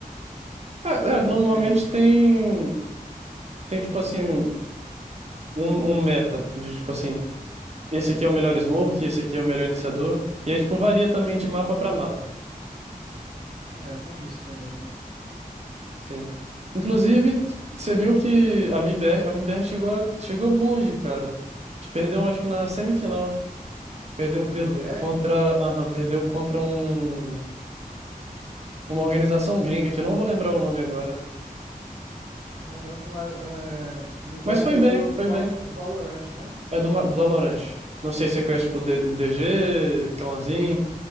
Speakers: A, on the right; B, on the right.
A: É, é, normalmente
B: Ou tem?
A: tem, tem tipo assim, um, um meta de tipo assim, esse aqui é o melhor smoke, esse aqui é o melhor iniciador. E aí, tipo, varia também de mapa para mapa.
B: É, tem isso também, né?
A: Sim. Inclusive, t- você viu que a MIBR, a MIBR chegou, a- chegou longe, cara. Perdeu, acho que na semifinal. Perdeu pelo,
B: A MBR?
A: contra, aham, perdeu contra um. uma organização gringa que eu não vou lembrar o nome agora.
B: Caramba, mas é, a MBR
A: Mas foi
B: é
A: bem,
B: do, do,
A: foi
B: Valo-
A: bem.
B: do Valorante, né?
A: É do Ma- do Valorant. Não sei se é conhece, tipo D- DG, Kalanzin.